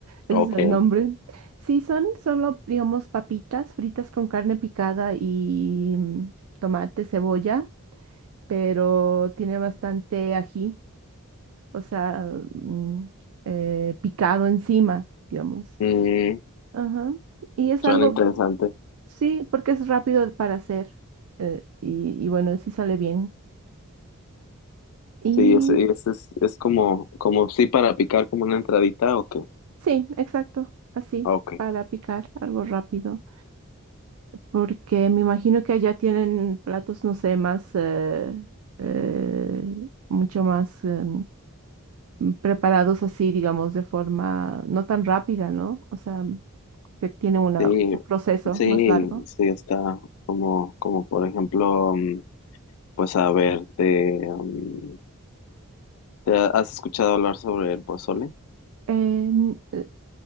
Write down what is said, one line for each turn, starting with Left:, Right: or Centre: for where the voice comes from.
Right: Ese
Left: ok.
Right: es el nombre. Sí, son solo, digamos, papitas fritas con carne picada y mm, tomate, cebolla, pero tiene bastante ají, o sea, mm, eh, picado encima, digamos.
Left: Mm,
Right: Ajá. Y es
Left: suena
Right: algo,
Left: interesante.
Right: sí, porque es rápido para hacer eh, y, y bueno, sí sale bien. Y...
Left: Sí, es, es, es, es como, como sí para picar como una entradita o qué.
Right: Sí, exacto, así,
Left: Ok.
Right: para picar algo rápido, porque me imagino que allá tienen platos, no sé, más, eh, eh, mucho más eh, preparados así, digamos, de forma no tan rápida, ¿no? O sea, que tienen una,
Left: Sí,
Right: un proceso
Left: sí,
Right: más largo.
Left: sí está como, como por ejemplo. Pues a ver, te, um, ¿te has escuchado hablar sobre el pozole?
Right: Eh, n- eh,